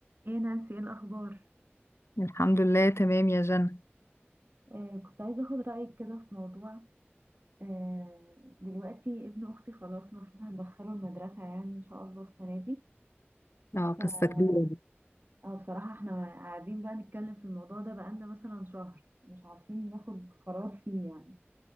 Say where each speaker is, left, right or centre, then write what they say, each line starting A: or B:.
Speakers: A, on the right; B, on the left.
A: ايه نانسي ايه الاخبار
B: الحمد لله تمام يا جنى
A: آه كنت عايزة أخد رأيك كده في موضوع آه دلوقتي ابن أختي خلاص المفروض هندخله المدرسة يعني إن شاء الله السنة دي
B: اه قصة
A: ف
B: كبيرة دي
A: اه بصراحة احنا قاعدين بقى نتكلم في الموضوع ده بقالنا مثلا شهر مش عارفين ناخد قرار فيه يعني